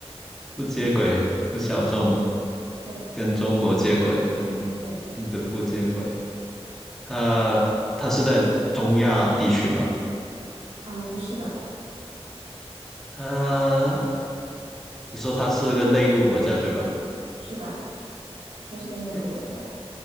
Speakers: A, in the centre; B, on the right.
A: 不接轨，不小众，
B: <laughs> 对
A: 跟中国接轨，跟
B: 对，
A: 印度不接轨。它它是在中亚地区吗？
B: 好的，啊，不是的，
A: 它你说它是个内陆国家对吧？
B: 是的，它是个内陆国家。
A: 内